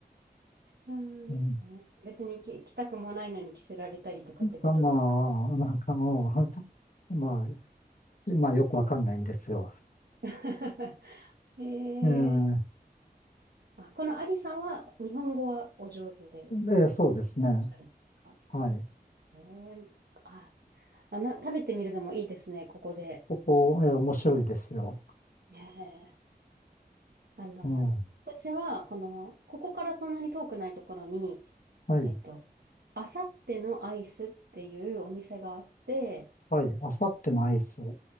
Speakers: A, on the right; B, on the left.
A: うんあの、
B: うん
A: 別にき着たくもないのに着せられたりとかってことですか。
B: まあ、なんかもう、<laughs> まあ、まあよくわかんないんですよ。
A: <laughs> ええ。
B: ええ
A: あ、このアリさんは日本語はお上手でいらっ
B: ええそうですね。
A: しゃるんですか。
B: はい。
A: え。あ、あな、食べてみるのもいいですね、ここで。
B: ここ、えー面白いですよ。
A: へえ。あの、
B: うん。
A: 私は、この、ここからそんなに遠くないところに、
B: はい。
A: えっと、あさってのアイスっていうお店があって、
B: はい。あさってのアイス。は